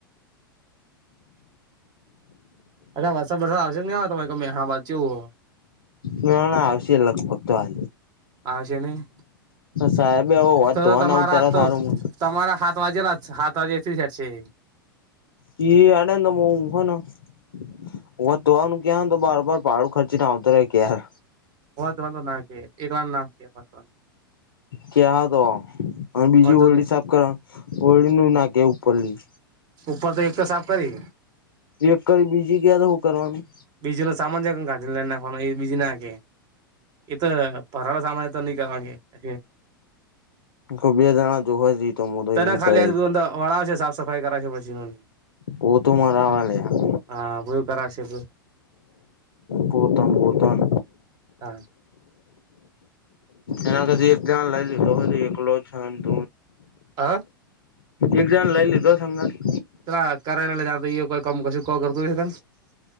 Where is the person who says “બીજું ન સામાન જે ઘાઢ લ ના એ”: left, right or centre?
Right